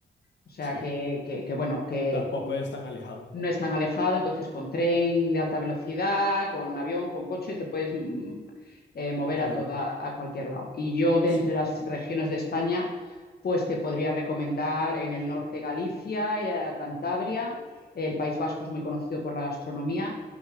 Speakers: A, on the left; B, on the left.
A: o sea
B: sí.
A: que, que, que bueno, que
B: Tampoco
A: con
B: es tan alejado
A: no es tan alejado, entonces con tren de alta velocidad, con avión, con coche, te puedes mm, eh, mover
B: mover.
A: a toda, a cualquier lado. Y yo de
B: Sí.
A: entre las regiones de España, pues te podría recomendar en el norte Galicia, eh, Cantabria, el País Vasco es muy conocido por la gastronomía